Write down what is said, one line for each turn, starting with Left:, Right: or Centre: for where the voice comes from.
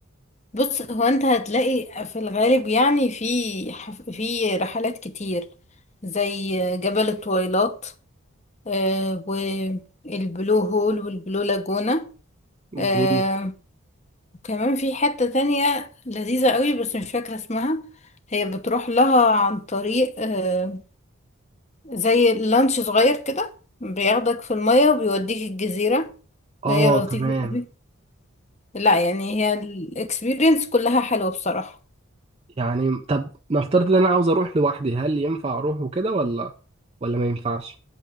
Left: بص هو انت هتلاقي في الغالب يعني في حف- في رحلات كتير زي جبل الطويلات آه، والبلو هول والبلو لاجونا آه،
Right: جميل
Left: كمان في حتة تانية لذيذة قوي بس مش فاكرة اسمها هي بتروح لها عن طريق آه، زي لانش صغير كده بياخدك في المية وبيوديك الجزيرة
Right: آه
Left: فهي لطيفة
Right: تمام
Left: قوي لا يعني هي الاكسبيرينس كلها حلوة بصراحة
Right: يعني طب نفترض إن أنا عاوز أروح لوحدي هل ينفع أروح وكده ولا ولا ما ينفعش